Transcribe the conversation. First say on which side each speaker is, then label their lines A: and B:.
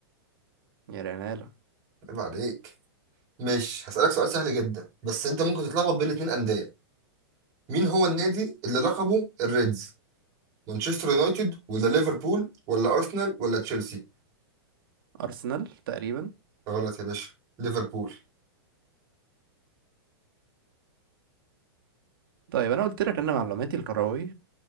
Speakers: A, on the right; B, on the right.
A: يا ريال
B: عيب عليك ماشي هسألك سؤال سهل جدا بس أنت ممكن تتلخبط بين اتنين أندية مين هو النادي اللي لقبه الريدز مانشستر يونايتد ولا ليفربول ولا ارسنال ولا تشيلسي
A: أرسنال تقريبا
B: غلط يا باشا ليفربول
A: طيب أنا قلت لك أن معلوماتي الكروية